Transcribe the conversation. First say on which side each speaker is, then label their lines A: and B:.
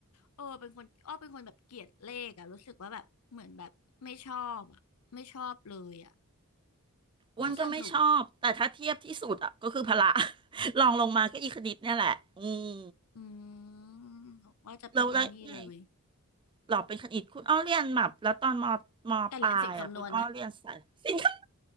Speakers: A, on the left; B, on the right.
A: เออเป็นคนอ้อเป็นคนแบบเกลียดเลขอะรู้สึกว่าแบบเหมือนแบบไม่ชอบอะไม่ชอบเลยอะ
B: อ้วนก็ไม่ชอบแต่ถ้าเทียบที่สุดอ่ะก็คือพละ
A: ไม่สนุก
B: <laughs> ลองลงมาก็อีคณิตเนี่ยแหละอืม
A: อืมว่าจะเป็นไอ้นี่เลย
B: เราแล้วไงหลอกเป็นคณิตคุณอ้อเรียนแบบแล้วตอนมมปลายอ่ะคุณอ้อเรียนสายสินค้า
A: แต่เรียนสิ่งคำนวณนะ